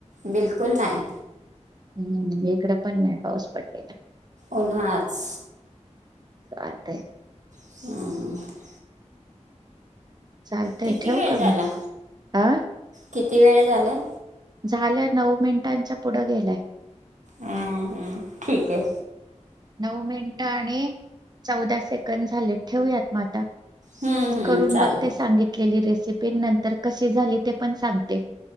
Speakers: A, on the right; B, on the right.
A: बिलकुल नाही
B: हम्म इकड पण नाय पाऊस पडलेला.
A: उन्हाळाच
B: चालतंय.
A: हं
B: चालतय
A: किती
B: ठेवू
A: वेळ
B: का
A: झाला?
B: मग अ
A: किती वेळ झालाय?
B: झालंय नऊ मिनिटांच्या पुढ गेलाय.
A: हं हम्म ठीकये.
B: नऊ मिनटं आणि चौदा सेकंड झाले ठेवयात म आता
A: हम्म, हम्म,
B: करून
A: चालेल
B: बघते सांगितलेली रेसिपी नंतर कशी झाली ते पण सांगते.